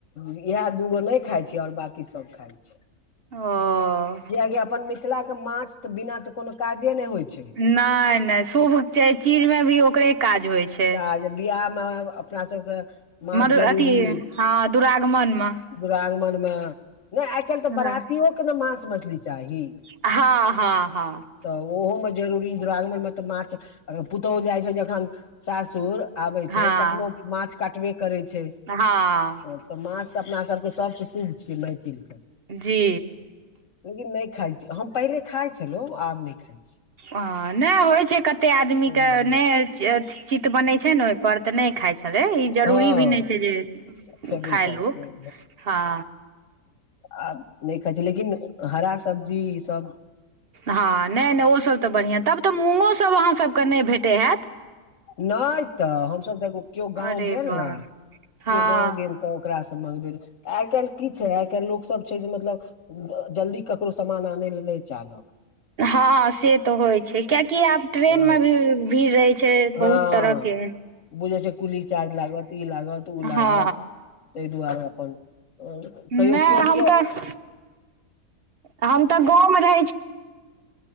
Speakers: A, on the left (about 55°); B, on the right (about 45°).
A: इएह दूगो नइ खाय छै। और बाकी सभ खाय छी
B: ह
A: कियाकि अपन मिथिलाके माछ तऽ बिना तऽ कोनो काजे ने होइ छै।
B: नइ, नइ शुभ छै, चीजमें भी ओकरे काज होइ छै
A: बिआहमे अपना सभके माछ
B: मर
A: जरूरी
B: अथी हँ दुरागमन मे
A: दुरागमनमे एखन तऽ
B: हँ
A: बरातियोके ने मांस मछली चाही
B: हँ हँ हँ
A: तऽ ओहोमे जरूरी दुरागमनमे तऽ माछ पुतौहु जाइ छै जखन सासुर आबे छै
B: हँ
A: तखनो माछ काटबे करै छै।
B: हँ।
A: तऽ माछ तऽ अपना सभके सभसँ शुभ छियै मैथिल
B: जी।
A: लेकिन नइ खाइ छी हम पहिले खाइ छलहु आब नइ खाइ छी
B: ओ नइ होइ छै कते आदमीके
A: ओ
B: नइ। चित बनै छै ने ओइ पर तऽ नइ खाइ छलै ई जरूरी
A: हँ
B: भी नइ छै जे
A: खेबे
B: खायलू
A: करतै
B: हँ
A: आब नइ खाइ छै लेकिन हरा सब्जी ईसब
B: हँ नै नै ओसब तऽ बढ़िआँ तब तऽ मूँगोसब अहाँसबके नइ भेटैत हैत
A: नै तऽ हमसब एगो केओ गाँव
B: अरे
A: गेल
B: वाह
A: न क्यो
B: हँ
A: गाँव गेल तऽ ओकरासँ मंगबेलौं तऽ आइ काल्हि की छै आइ काल्हि लोकसब छै जे मतलब जल्दी ककरो सामान आनय लए नइ चाहलक
B: हँ से तऽ होय छै क्याकि आब ट्रेन
A: हँ
B: में भी भीड़ रहय छै
A: हँ
B: बहुत तरह के एहन
A: बुझै छै कुली चार्ज लागत ई लागत उ लागत
B: हँ
A: तहि दुआरे अपन कहियो
B: नहि
A: क्यो
B: हम
A: क्यो
B: तऽ हम तऽ गाँवमे रहैत छी